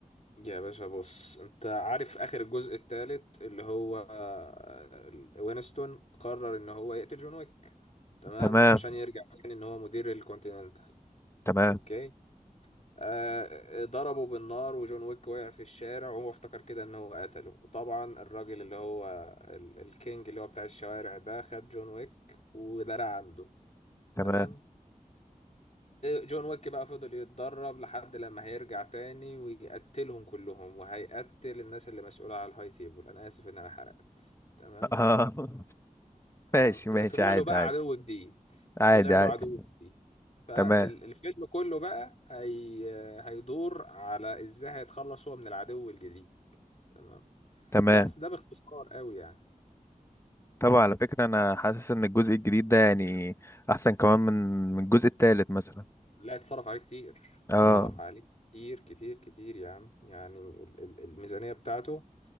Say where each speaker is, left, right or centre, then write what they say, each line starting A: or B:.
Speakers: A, on the left (about 55°); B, on the left (about 20°).
A: يا باشا بص انت عارف اخر الجزء الثالث اللي هو آه، وينستون قرر ان هو يقتل جون ويك تمام
B: تمام
A: عشان يرجع تاني ان هو مدير الكونتيننتال
B: تمام
A: اوكي آه ضربه بالنار وجون ويك وقع في الشارع وهو افتكر كده ان هو قتله طبعا الراجل اللي هو ال- الكينج اللي هو بتاع الشوارع ده خد جون ويك ودرع عنده
B: تمام
A: تمام جون ويك بقى فضل يتدرب لحد لما هيرجع تاني ويقتلهم كلهم وهيقتل الناس اللي مسؤولة على الهاي تيبل انا اسف ان انا حرقت تمام
B: آه <laughs>
A: تمام
B: ماشي
A: طلع
B: ماشي عادي
A: له بقى
B: عادي
A: عدو جديد
B: عادي
A: طلع له
B: عادي
A: عدو جديد فالفيلم
B: تمام
A: كله بقى هي... هيدور على ازاي هيتخلص هو من العدو الجديد تمام
B: تمام
A: بس ده باختصار قوي يعني
B: طبعا على فكرة أنا حاسس إن الجزء الجديد ده يعني أحسن كمان من من الجزء التالت مثلا
A: لا اتصرف عليه كتير
B: اه
A: اتصرف عليه كتير كتير كتير يا عم يعني ال- ال- الميزانية بتاعته